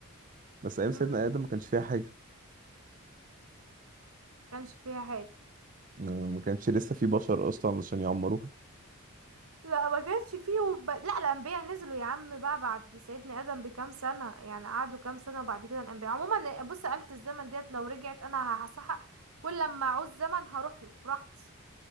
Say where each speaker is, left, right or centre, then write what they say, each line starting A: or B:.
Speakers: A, on the right (about 40°); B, on the right (about 75°).
A: بس ايام سيدنا
B: امم
A: آدم ما كانش فيها حاجة
B: كانش فيها حاجه
A: أه، ما كانش لسه في بشر اصلا عشان يعمروها
B: لا ما كانش فيه وب... لا الانبياء نزلوا يا عم بقى بعد سيدنا ادم بكام سنه يعني قعدوا كام سنه وبعد كده الانبياء عموما بص آلة الزمن ديت لو رجعت انا هصحى كل لما اعوز زمن هروح له براحتي